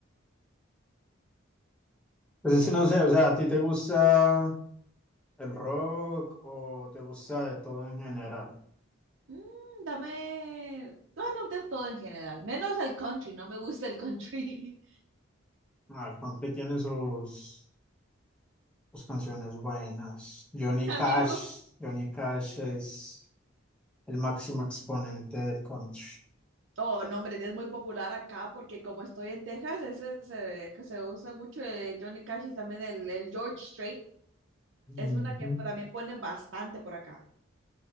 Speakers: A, in the centre; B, on the right.
A: Pues es que no sé, o sea, ¿a ti te gusta el rock o te gusta de todo en general?
B: Mm, dame, bueno, de todo en general, menos el country, no me gusta el country.
A: Ah, el country tiene sus, sus canciones buenas. Johnny
B: <laughs>
A: Cash,
B: A mí no
A: Johnny Cash es el máximo exponente del country.
B: Oh, no, hombre, es muy popular acá porque como estoy en Texas, ese se, que se usa mucho eh, Johnny Cash y también el, el George Strait.
A: Ujú.
B: Es una que también ponen bastante por acá.